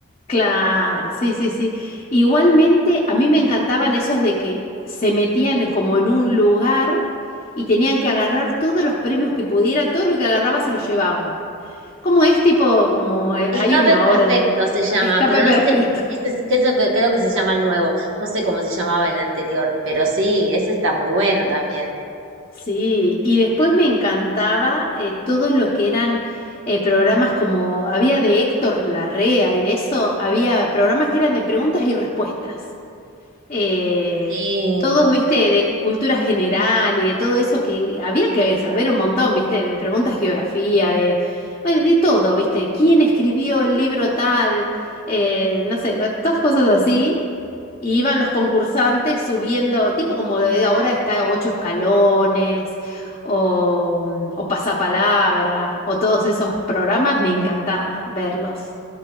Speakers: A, on the left (about 30°); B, on the right (about 60°).
A: Claro, sí, sí, sí. Igualmente, a mí me encantaban esos de que se metían como en un lugar y tenían que agarrar todos los premios que pudiera, todo lo que agarraba se lo llevaban. Como es tipo, como eh,
B: Escape
A: hay uno ahora
B: perfecto
A: en
B: se llama,
A: Escape
B: pero
A: Perfecto.
B: no sé,
A: <laughs>
B: ese es, que es lo que- creo que se llama el nuevo. No sé cómo se llamaba el anterior, pero sí, ese está muy bueno también.
A: Sí, y después me encantaba eh, todo lo que eran eh, programas como, había de Héctor Larrea y de eso, había programas que eran de preguntas y respuestas. Eh,
B: Sí.
A: todos, viste, de cultura general y de todo eso que había que saber un montón, viste, de preguntas de geografía, de, bueno, de todo, viste, quién escribió el libro tal, eh, no sé, bueno, todas cosas así. Y iban los concursantes subiendo, tipo como de ahora está ocho escalones, o, o pasapalabra, o todos esos programas, me encantaba verlos.